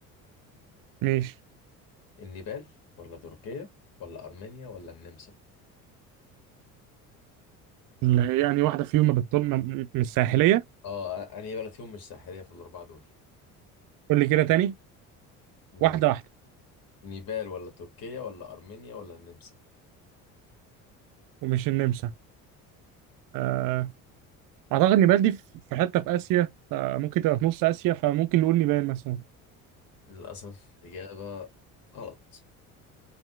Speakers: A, on the right; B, on the left.
A: ماشي
B: النيبال ولا تركيا ولا ارمينيا ولا النمسا
A: ال- يعني واحده فيهم ما بتطل من الساحليه
B: اه انهي بلد فيهم مش ساحلية في الاربعة دول
A: قول لي كده تاني
B: النيب-
A: واحده واحده
B: نيبال ولا تركيا ولا ارمينيا ولا النمسا
A: ومش النمسا آه، اعتقد نيبال دي في في حته في اسيا فممكن تبقى في نص اسيا فممكن نقول نيبال مثلا
B: للاسف اجابة غلط